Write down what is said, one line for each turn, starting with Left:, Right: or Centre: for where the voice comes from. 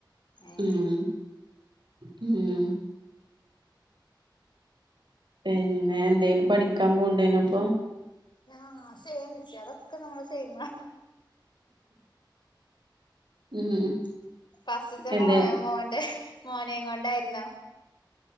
Left: ഏ
Right: ഉം ഉം പിന്നെ എന്തേലും പഠിക്ക്യാൻ പോണ്ടേനേ യിരുന്നഅപ്പൊ
Left: ആഹ് സേയിമം വിച്ച് അതൊക്കെ നമ്മള് സേയിമാ
Right: ഉം ഉം
Left: ഫസ്റ്റ്ത്തെ
Right: എന്തേ
Left: മോന്റെ മോനേയും കൊണ്ടായിര്ന്നോ